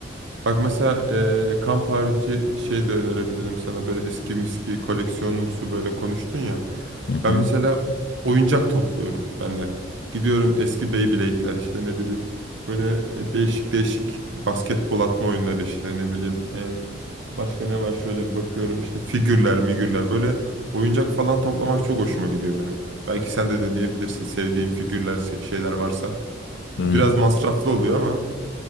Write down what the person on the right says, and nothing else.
Bak mesela eee, kamp harici şey de önerebilirim sana böyle viski miski koleksiyonumsu böyle konuştun ya.
Ben
mesela oyuncak topluyorum ben de. Gidiyorum eski Beyblade'ler işte ne bileyim. Böyle değişik değişik basketbol atma oyunları işte ne bileyim. eee, başka ne var şöyle bir bakıyorum işte figürler migürler böyle oyuncak falan toplamak çok hoşuma gidiyor benim. Belki sen de deneyebilirsin sevdiğin figürler se- şeyler varsa.
Biraz masraflı oluyor ama.